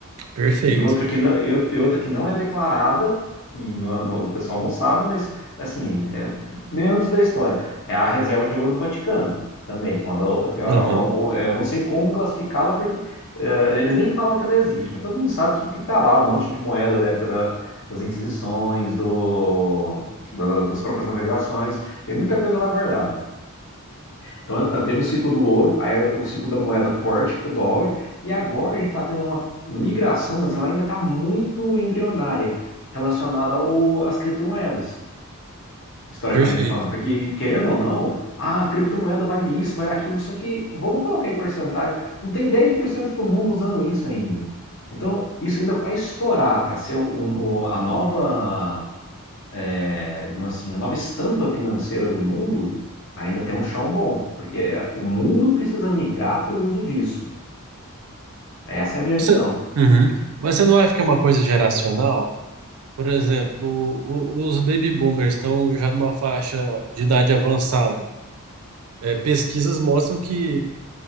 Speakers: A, on the right; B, on the left.
A: Perfeito.
B: E outra que não, e ou- e outra que não é declarada, e não- não- o pessoal não sabe, mas assim, é meandros da história. É a reserva de ouro do Vaticano também, que é uma, da- que é um-
A: Uhum,
B: é, eu não sei como classificá-la, porque eh, eles nem falam que ela existe, mas todo mundo sabe que, que tá lá um monte de moeda da época da- das Inquisições, do, da- das próprias navegações, tem muita coisa lá guardada. Então, eu- eu teve o ciclo do ouro, aí o ciclo da moeda forte, o dólar, e agora a gente está tendo uma migração, mas ela ainda está muito embrionária, relacionada ao, às criptomoedas, historicamente
A: perfeito.
B: falando. Porque, querendo ou não, ah, a criptomoeda vale isso, vale aquilo, só que vamos colocar em porcentagem, não tem 10% do mundo usando isso ainda. Então, isso ainda para estourar, para ser o- o- a nova é, digamos assim, a nova estampa financeira do mundo, ainda tem um chão bom, porque o mundo precisa migrar para o uso disso. Essa é a minha
A: Você,
B: visão.
A: Uhum. mas você não acha que é uma coisa geracional? Por exemplo, o- os baby boomers estão já numa faixa de idade avançada. É, pesquisas mostram que,